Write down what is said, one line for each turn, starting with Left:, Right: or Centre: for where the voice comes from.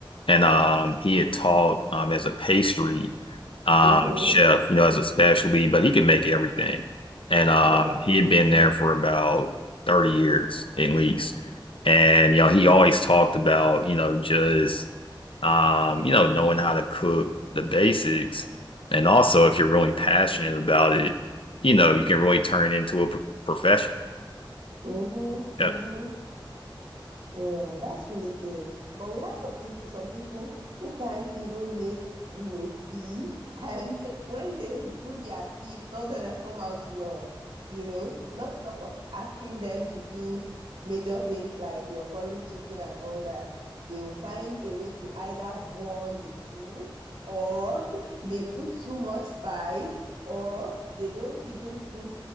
Left: and um, he had taught um as a pastry um
Right: Mm-hmm.
Left: chef, you know, as a specialty, but he could make everything, and um,
Right: Wow.
Left: he had been there for about 30 years at least, and you know, he always talked about you know just um, you know, knowing how to cook the basics. And also, if you're really passionate about it, you know, you can really turn it into a p- profession.
Right: Mm-hmm. Mm-hmm.
Left: Yeah.
Right: Yeah, that's really good. But we have some people, some people who can't even make, you know, tea, and <laughs> when they brew their tea, it's not gonna come out well, you know. Not to talk of asking them to do major things like your curry chicken and all that. They will find a way to either burn the food, or <laughs> they put too much spice, or they don't even put